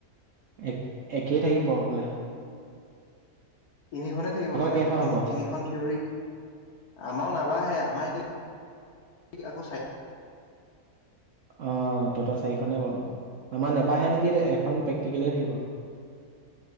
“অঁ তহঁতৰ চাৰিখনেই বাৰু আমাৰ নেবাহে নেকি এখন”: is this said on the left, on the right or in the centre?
Right